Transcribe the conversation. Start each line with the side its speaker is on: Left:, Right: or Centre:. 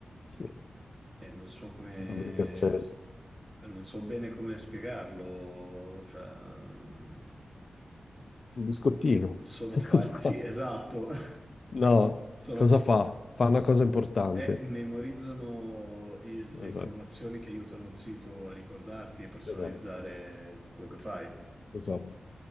Left: Sì,
Right: Eh, non so come...
Left: quando mi cancelli.
Right: Non so bene come spiegarlo, cioè, mm,
Left: Un biscottino.
Right: sono
Left: <laughs>
Right: fa... Sì, esatto, <laughs>
Left: No,
Right: sono...
Left: cosa fa? Fa una cosa importante.
Right: eh, memorizzano il- le informazioni
Left: Esatto,
Right: che aiutano il sito a ricordarti e personalizzare
Left: esatto,
Right: quello che fai.
Left: esatto,